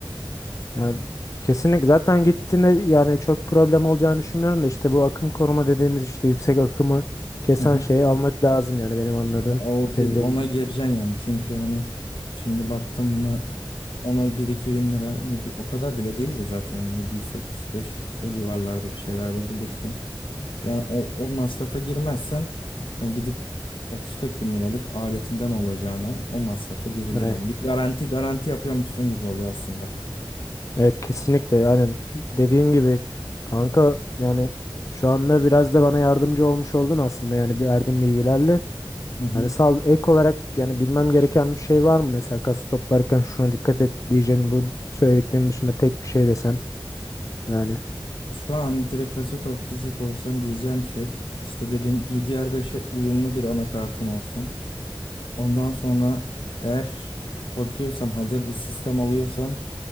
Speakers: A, on the left; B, on the left.
A: yani kesinlikle zaten gittiğinde yani çok problem olacağını düşünmüyorum da işte bu akım koruma dediğimiz işte yüksek akımı kesen
B: <laughs>
A: şeyi almak lazım yani benim anladığım
B: Ya O
A: senin
B: pi-
A: dediğin
B: ona
A: gibi.
B: gireceksin yani çünkü hani şimdi baktım mı ona bir iki bin lira hani bir, o kadar bile değil de zaten hani yedi yüz sekiz yüz beş yüz o civarlarda bir şeyler de bulursun. Yani o, o masrafa girmezsen yani gidip otuz kırk bin liralık aletinden olacağına o masrafa girilir
A: Evet.
B: yani. Bir garanti garanti yapıyormuşsun gibi oluyor aslında.
A: Evet kesinlikle yani dediğin gibi kanka yani şu anda biraz da bana yardımcı olmuş oldun aslında yani bir verdiğin bilgilerle.
B: Hı hı.
A: Yani sağ ol. Ek olarak yani bilmem gereken bir şey var mı? Mesela kası toplarken şuna dikkat et diyeceğin bu söylediklerinin dışında tek bir şey desem yani.
B: Şu an direkt kasa toplayacak olsan diyeceğim şey işte dediğim DDR5'e uyumlu bir anakartın olsun. Ondan sonra eğer bakıyorsan hazır bir sistem alıyorsan